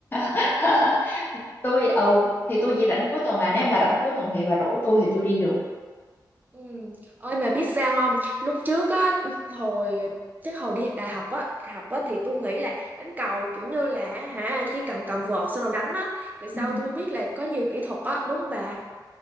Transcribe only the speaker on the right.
Ừ. Ôi mà biết sao không lúc trước á hồi chắc hồi đi đại học á học á thì tôi nghĩ là đánh cầu kiểu như là hả chỉ cần cầm vợt xong rồi đánh á về sau
tôi biết là có nhiều kỹ thuật á đúng không bà